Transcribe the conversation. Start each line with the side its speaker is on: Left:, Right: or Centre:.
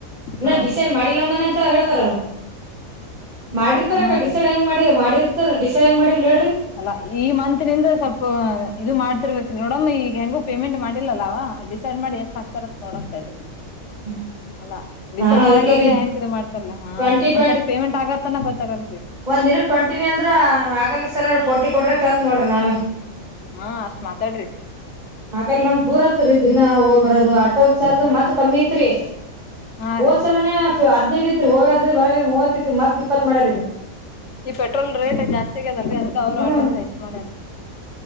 Right: ಇನ್ನ
Left: ಹಾ
Right: ಡಿಸೈಡ್
Left: ರೀ.
Right: ಮಾಡಿ ಇಲ್ಲ ಮನೆ ಅಂತ ಹೇಳ್ತಾರ ಮಾಡಿರ್ತಾರಕ್ಕ
Left: ಹಾ ರೀ
Right: ಡಿಸೈಡ್ ಹಂಗ್ ಮಾಡಿ ಮಾಡಿರ್ <unintelligible> ಡಿಸೈಂಗ್ ಮಾಡಿಲ್ ಹೇಳ್ರಿ.
Left: ಅಲ್ಲ ಈ ಮಂತ್ ನಿಂದ ಸ್ವಲ್ಪ ಇದು ಮಾಡ್ತಿರ್ಬೇಕ್ರೀ ನೋಡಮ ಈಗ ಹೆಂಗು ಪೇಮೆಂಟ್ ಮಾಡಿಲ್ಲಲ್ಲವಾ. ಡಿಸೈಡ್ ಮಾಡಿ ಎಷ್ಟ್ ಆಕ್ತಾರಂತ ನೋಡನ ತಡೀರಿ.
Right: ಹ್ಮ್
Left: ಅಲ್ಲಾ ಡಿಸೈಡ್
Right: ನಾನು ಅದಕೇರಿ
Left: ಮಾಡ್ಲಾರ್ದೆ ಹೆಂಗ ಇದು ಮಾಡ್ತಾರಲ್ಲಾ ಹಾರೀ
Right: ಟ್ವೆಂಟಿ
Left: ಒಂದ್ ಸರಿ ಪೇಮೆಂಟ್ ಆಗತ್ತನ ಗೊತ್ತಾಗಲ್ರೀ.
Right: ಒಂದ ದಿನಕ್ಕೆ ಟ್ವೆಂಟಿನಿ ಅಂದ್ರ ಆಗಲ್ಲರೀ ಸರ್ ಫೋರ್ಟಿ ಕೊಡ್ರಿ ಅಂತ ಕೇಳ್ತೀತ್ ನೋಡ್ರೀ ನಾನು.
Left: ಹಾ ಅಷ್ಟ್ ಮಾತಾಡ್ರಿ
Right: ಹಾಗ ನಮ್ ದೂರ <unintelligible> ದಿನ ಹೋಗ್ ಬರೋದು ಆಟೋ ಚಾರ್ಜ್ ಮದ್ಲ್ ಕಮ್ಮಿ ಇತ್ರಿ
Left: ಹಾ
Right: ಹೋದ್ಸಲನೇ.
Left: ರೀ
Right: ಹದ್ನೈದ್ ಇತ್ರೀ ಹೋಗದ ಬರ ಮೂವತ್ ಇತ್ತು ಮತ್ ಇಪ್ಪತ್ ಮಾಡ್ಯಾರೀ.
Left: ಈ ಪೆಟ್ರೋಲ್ ರೇಟ್ ಜಾಸ್ತಿ ಆಗದಲ್ರೀ ಅದಕ್ ಅವರು
Right: ಹ್ಮ್
Left: ಆಟೋದರು ಹೆಚ್ಚ್ ಮಾಡ್ಯಾರೆ.